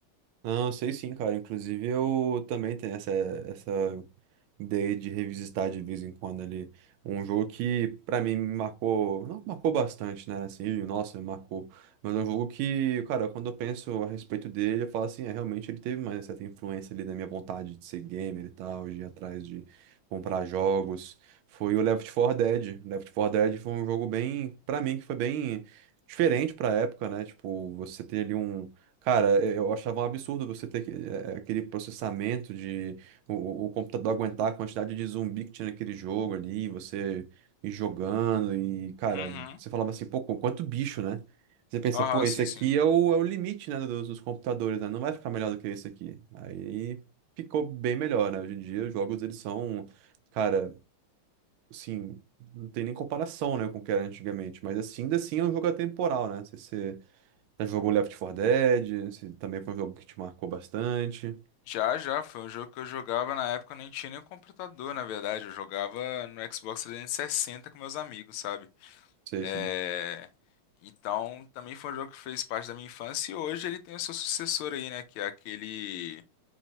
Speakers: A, on the right; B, on the left.
A: Não, eu sei sim, cara. Inclusive, eu também tenho essa, essa ideia de revisitar de vez em quando ali. Um jogo que, pra mim, me marcou. Não marcou bastante, né? Assim, nossa, me marcou. Mas é um jogo que, cara, quando eu penso a respeito dele, eu falo assim, é, realmente ele teve uma certa influência ali da minha vontade de ser gamer e tal, de ir atrás de comprar jogos. Foi o Left 4 Dead. Left 4 Dead foi um jogo bem, pra mim, que foi bem. Diferente pra época, né? Tipo, você ter ali um Cara, eu achava um absurdo você ter que- eh, aquele processamento de o, o- o computador aguentar a quantidade de zumbi que tinha naquele jogo ali, você ir jogando e, cara,
B: Uhum.
A: você falava assim, pô, qu- quanto bicho, né? Você pensa,
B: Aham,
A: pô, esse
B: sim,
A: aqui
B: sim.
A: é o, é o limite, né, dos, dos computadores, né? Não vai ficar melhor do que esse aqui. Aí ficou bem melhor, né? Hoje em dia os jogos, eles são, cara, assim, não tem nem comparação, né, com o que era antigamente, mas assim, ainda assim é um jogo atemporal, né? Você, já jogou Left 4 Dead? Esse também foi um jogo que te marcou bastante.
B: Já, já, foi um jogo que eu jogava na época, eu nem tinha nenhum computador, na verdade. Eu jogava no Xbox 360 com meus amigos, sabe?
A: Sei
B: É...
A: sim.
B: Então, também foi um jogo que fez parte da minha infância e hoje ele tem o seu sucessor aí, né? Que é aquele